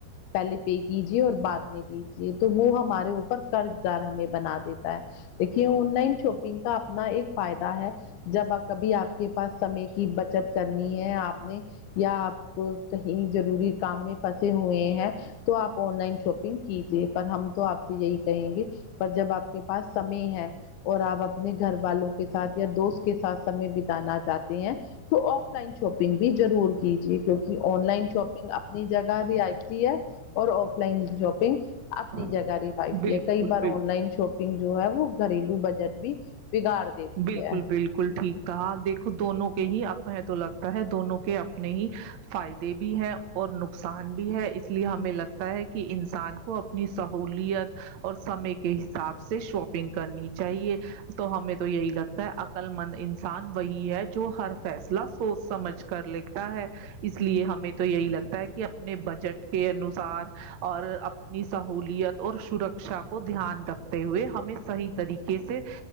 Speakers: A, on the left (about 80°); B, on the right (about 60°).
A: پہلے پے کیجیے اور بعد میں دیجیے تو وہ ہمارے اوپر قرض دار ہمیں بنا دیتا ہے دیکھیے آن لائن شاپنگ کا اپنا ایک فائدہ ہے جب کبھی آپ کے پاس سمے کی بچت کرنی ہے آپ نے یا آپ کہیں جضروری کام میں پھنسے ہوئے ہیں تو آپ آن لائن شاپنگ کیجیے پر ہم تو آپ یہی کہیں گے پر جب آپ کے پاس سمے ہے اور آپ اپنے گھر والوں کے ساتھ یا دوست کے ساتھ سمے بتانا چاہتے ہیں تو آف لائن شاپنگ بھی ضرور کیجیے کیونکہ آن لائن شاپنگ اپ اپنی جگہ ر آتی ہے اور آف لائن شاپنگ اپنی
B: بالکل
A: جگہ کئی بار
B: بالکل
A: آن لائن شاپنگ جو ہے وہ گھریلو بجٹ بھی بگاڑ دیتی
B: بالکل
A: ہے
B: بالکل ٹھیک کہا دیکھو دونوں کے ہی اب تو لگتا ہے دونوں کے اپنے ہی فائدے بھی ہیں اور نقصان بھی ہے اس لیے ہمیں لگتا ہے کہ انسان کو اپنی سہولیت اور سمے کے حساب سے شاپنگ کرنی چاہیے تو ہمیں یہی لگتا ہے عقل مند انسان وہی ہے جو جو ہر فیصلہ سوچ سمجھ کر لکھتا ہے اس لیے ہمیں تو یہی لگتا ہے کہ اپنے بجٹ کے انوسار اور اپنی سہوولت اور سرکشا کو دھیان رکھتے ہوئے ہمیں صحیح طریقے سے